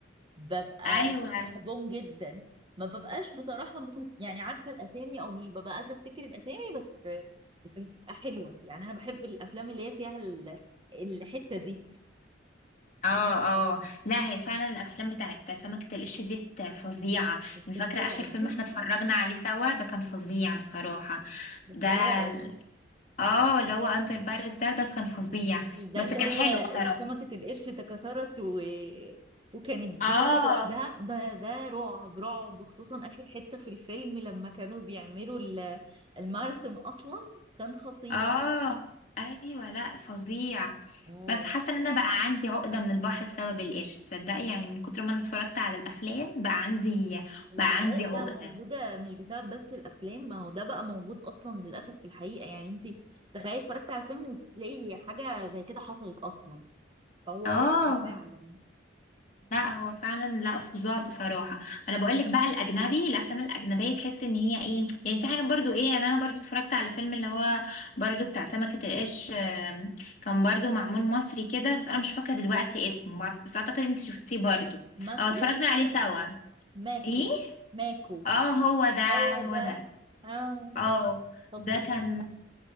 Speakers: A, on the right; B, on the left.
A: ببقى
B: ايوه
A: بحبهم جدا ما ببقاش بصراحة ممكن يعني عارفة الأسامي أو مش ببقى قادرة أفتكر الأسامي بس بس بتبقى حلوة يعني أنا بحب الأفلام اللي هي فيها ال- الحتة دي
B: اه اه لا هي فعلا الافلام بتاعت سمكة القش دي فظيعة يعني
A: بتترعب
B: فاكرة اخر فيلم
A: دي
B: احنا اتفرجنا عليه سوا ده كان فظيع بصراحة
A: بترعب
B: ده ال- اه اللي هو اندر بارس ده ده كان فظيع
A: مش ده
B: بس
A: اللي
B: كان
A: هو
B: حلو بصراحة
A: سمكة القرش تكسرت و... وكانت
B: اه
A: بتولد لوحدها ده ده رعب رعب وخصوصا آخر حتة في الفيلم لما كانوا بيعملوا ال- الماراثون أصلا كان خطير
B: اه ايوه لا فظيع
A: اه
B: بس حاسة ان انا بقى عندي عقدة من البحر بسبب القرش تصدقي يعني من كتر ما انا اتفرجت على الافلام بقى عندي
A: هي
B: بقى
A: العقدة
B: عندي عقدة
A: موجودة مش بسبب بس الأفلام ما هو ده بقى موجود أصلا للأسف في الحقيقة يعني أنت تخيلي اتفرجتي على فيلم وتلاقي حاجة زي كده حصلت أصلا فهو
B: اه
A: رعب فعلا
B: لا هو فعلا لا فظاع بصراحه انا بقول لك بقى الاجنبي الافلام الاجنبيه تحس ان هي ايه يعني في حاجه برضو ايه يعني انا برضو اتفرجت على فيلم اللي هو برضو بتاع سمكه القرش آم، كان برضو معمول مصري كده بس انا مش فاكره دلوقتي اسمه بعرف- بس اعتقد انت شفتيه برضو
A: ماكو
B: او اتفرجنا عليه سوا
A: ماكو
B: ايه
A: ماكو
B: اه هو ده
A: هو
B: هو
A: ده
B: ده
A: اه
B: اه
A: تطبيق
B: ده كان